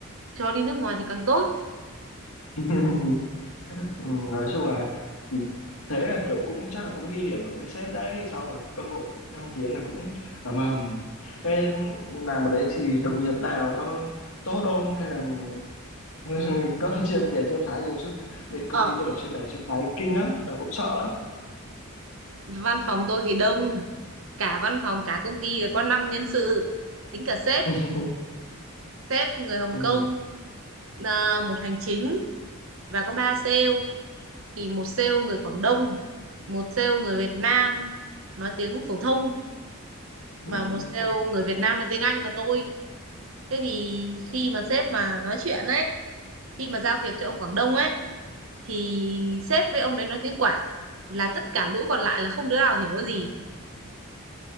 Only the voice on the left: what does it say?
<laughs> Ừ, nói chung là ừ, thế là kiểu cũng chắc là cũng ghi điểm được với sếp đấy sau là cơ hội thăng tiến là cũng ầm ầm Thế làm ở đấy thì đồng nghiệp nào có tốt không hay là <laughs> có chia bè chia phái gì không chứ bên công
ty tôi chia bè chia phái kinh lắm là cũng sợ lắm
<laughs>
Ừ.
Ừ.